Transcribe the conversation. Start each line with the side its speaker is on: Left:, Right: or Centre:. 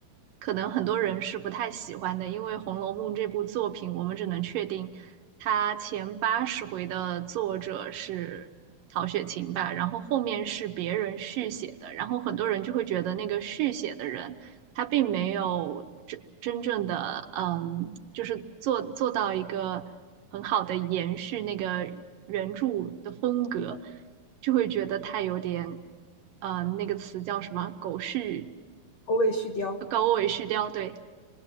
Right: 可能很多人是不太喜欢的，因为《红楼梦》这部作品，我们只能确定它前八十回的作者是曹雪芹吧，然后后面是别人续写的，然后很多人就会觉得那个续写的人。它并没有真真正的，嗯，就是做做到一个很好的延续那个原著的风格，就会觉得它有点，呃，那个词叫什么？狗续，
Left: 欧卫续貂，
Right: 狗尾续貂，对，